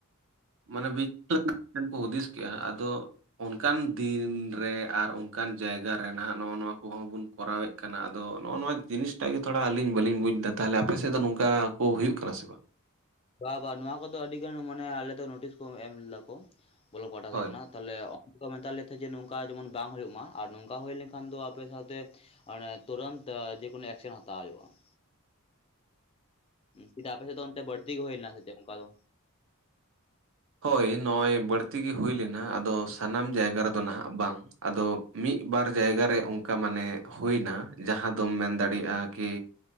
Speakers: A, on the right; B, on the left.
A: ᱢᱟᱱᱮ ᱢᱤᱫᱴᱟᱝ ᱢᱤᱫᱴᱟᱝ ᱠᱚ ᱦᱩᱫᱤᱥ ᱠᱮᱜᱼᱟ ᱟᱫᱚ, ᱚᱱᱠᱟᱱ ᱫᱤᱱ ᱨᱮ ᱟᱨ ᱚᱱᱠᱟᱱ ᱡᱟᱭᱜᱟ ᱨᱮ ᱱᱟᱦᱟᱜ ᱱᱚᱣᱟ ᱱᱚᱣᱟ ᱠᱚᱦᱚᱸ ᱵᱚᱱ ᱠᱚᱨᱟᱣᱮᱫ ᱾ ᱠᱟᱱᱟ ᱟᱫᱚ ᱱᱚᱣᱟ ᱱᱚᱣᱟ ᱡᱤᱱᱤᱥ ᱴᱟᱜ ᱜᱮ ᱛᱷᱚᱲᱟ ᱟᱹᱞᱤᱧ ᱵᱟᱹᱞᱤᱧ ᱵᱩᱡᱽ ᱮᱫᱟ᱾ ᱛᱟᱦᱚᱞᱮ ᱟᱯᱮ ᱥᱮᱫ ᱫᱚ ᱱᱚᱝᱠᱟ ᱠᱚ ᱦᱩᱭᱩᱜ ᱠᱟᱱᱟ ᱥᱮ ᱵᱟᱝ?
B: ᱵᱟᱝ ᱵᱟᱝ ᱱᱚᱣᱟ ᱠᱚᱫᱚ ᱟᱹᱰᱤ ᱜᱟᱱ ᱢᱟᱱᱮ ᱟᱞᱮ ᱫᱚ ᱱᱳᱴᱤᱥ ᱠᱚ ᱮᱢ ᱞᱮᱫᱟ ᱠᱚ ᱵᱚᱞᱚᱠ ᱯᱟᱦᱟᱴᱟ ᱥᱮᱫ
A: ᱦᱳᱭ᱾
B: ᱠᱷᱚᱱᱟᱜ ᱾ ᱛᱟᱦᱞᱮ ᱚᱱᱠᱟ ᱢᱮᱛᱟ ᱞᱮ ᱛᱟᱦᱮᱸᱫ ᱡᱮ ᱱᱚᱝᱠᱟ ᱡᱮᱢᱚᱱ ᱵᱟᱝ ᱦᱳᱭᱳᱜ ᱢᱟ ᱾ ᱟᱨ ᱱᱚᱝᱠᱟ ᱦᱩᱭ ᱞᱮᱱᱠᱷᱟᱱ ᱫᱚ ᱟᱯᱮ ᱥᱟᱶᱛᱮ, ᱛᱩᱨᱟᱹᱛ ᱡᱮᱠᱳᱱᱳ ᱮᱠᱥᱮᱱ ᱦᱟᱛᱟᱣ ᱦᱩᱭᱩᱜᱼᱟ ᱾ ᱪᱮᱫᱟᱜ ᱟᱯᱮ ᱥᱮᱫ ᱫᱚ ᱚᱱᱛᱮ ᱵᱟᱹᱲᱛᱤ ᱜᱮ ᱦᱩᱭ ᱞᱮᱱᱟ ᱚᱱᱠᱟ ᱫᱚ?
A: ᱦᱳᱭ ᱱᱚᱜᱼᱚᱭ ᱵᱟᱹᱲᱛᱤ ᱜᱮ ᱦᱩᱭ ᱞᱮᱱᱟ ᱟᱫᱚ ᱥᱟᱱᱟᱢ ᱡᱟᱭᱜᱟ ᱨᱮᱫᱚ ᱱᱟᱦᱟᱜ ᱵᱟᱝ ᱾ ᱟᱫᱚ ᱢᱤᱫᱵᱟᱨ ᱡᱟᱭᱜᱟ ᱨᱮ ᱚᱱᱠᱟ ᱢᱟᱱᱮ ᱦᱩᱭᱮᱱᱟ ᱡᱟᱦᱟᱸ ᱫᱚᱢ ᱢᱮᱱ ᱫᱟᱲᱮᱭᱟᱜᱼᱟ ᱠᱤ,